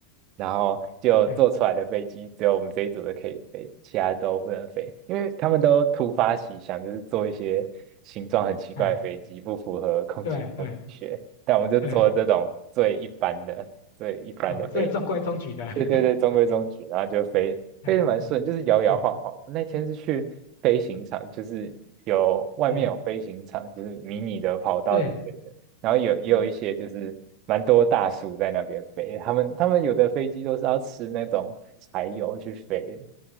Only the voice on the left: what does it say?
哎
哎
对对
对哦，所以中规中矩的，<laughs>
哎是
哎
是
对。
嗯，嗯，